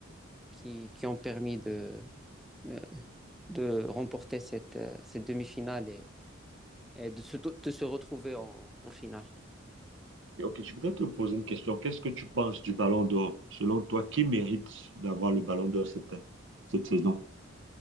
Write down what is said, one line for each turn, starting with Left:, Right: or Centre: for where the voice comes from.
Centre: qui, qui ont permis de, euh, de remporter cette, euh, cette demi-finale. Et, et de se, de se retrouver en, en finale.
Right: Et ok, je voudrais te poser une question. Qu'est-ce que tu penses du Ballon d'Or? Selon toi, qui mérite d'avoir le Ballon d'Or cette, cette saison?